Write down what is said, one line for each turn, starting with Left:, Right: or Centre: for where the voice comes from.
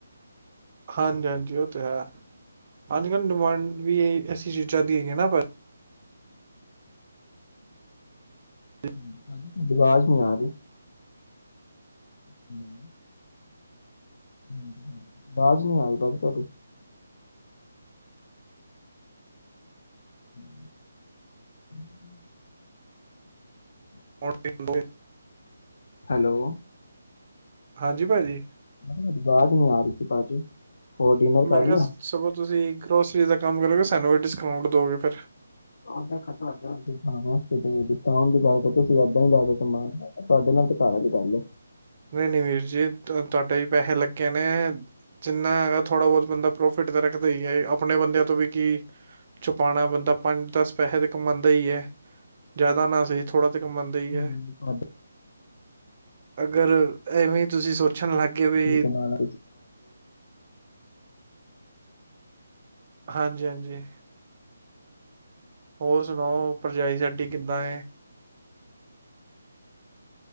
Right: ਹਾਂਜੀ ਹਾਂਜੀ ਉਹ ਤੇ ਹੈ ਹਾਂਜੀ ਮੈਮ ਡਿਮਾਂਡ ਵੀ ਇਹ ਅਸੀਂ ਚੀਜ਼ਾਂ ਦੀ ਹੈਗੇ ਨਾ
Left: <unintelligible>
Right: ਭਾਜੀ
Left: <inaudible> ਆਵਾਜ਼ ਨਹੀਂ ਆਈ ਭਾਜੀ ਤੁਹਾਡੀ <inaudible>
Right: <unintelligible>
Left: ਹੈਲੋ
Right: ਹਾਂਜੀ ਭਾਜੀ
Left: ਮੈਂ ਤੁਹਾਡੀ ਆਵਾਜ਼ ਨੀ ਆ ਰਹੀ ਸੀ ਭਾਜੀ ਹੋਰ ਡਿਨਰ ਕਰ
Right: ਮੈਂ ਕਿਹਾ
Left: ਲਿਆ
Right: ਸਗੋਂ ਤੁਸੀਂ ਗਰੋਸਰੀ ਦਾ ਕੰਮ ਕਰੋਗੇ ਸਾਨੂੰ ਇਹ ਡਿਸਕਾਊਂਟ ਦਓਗੇ ਫਿਰ
Left: ਿਸ ਦੀ ਗਸੀ ਦਾਂ ਹੀ ਲੈ ਕੇ ਸਮਾਨ ਤੁਹਾਡੇ ਨਾਲ ਤੇ ਕ ਗੱਲ
Right: ਨਹੀਂ ਨਹੀਂ ਵੀਰ ਜੀ ਤੁਹਾਡੇ ਹੀ ਪੈਸੇ ਲੱਗੇ ਨੇ ਜਿੰਨਾ ਹੈਗਾ ਥੋੜਾ ਬਹੁਤ ਬੰਦਾ ਪ੍ਰੋਫਿਟ ਤਾਂ ਰੱਖਦਾ ਹੀ ਹੈ ਆਪਣੇ ਬੰਦਿਆਂ ਤੋਂ ਵੀ ਕੀ ਛੁਪਾਉਣਾ ਬੰਦਾ ਪੰਜ ਦਸ ਪੈਸੇ ਤਾਂ ਕਮਾਉਂਦਾ ਹੀ ਹੈ ਜ਼ਿਆਦਾ ਨਾ ਸੀ ਥੋੜਾ ਤਾਂ ਕਮਉਂਦਾ ਹੀ ਹੈ
Left: ਹ ਹਾਂ
Right: ਅਗਰ ਐਵੇਂ ਤੁਸੀ ਸੋਚਣ ਲੱਗੇ ਵੀ
Left: ਕੀ ਕਮਾਣਾ
Right: ਹਾਂਜੀ ਹਾਂਜੀ ਹੋਰ ਸੁਣਾਓ ਭਰਜਾਈ ਸਾਡੀ ਕਿੱਦਾਂ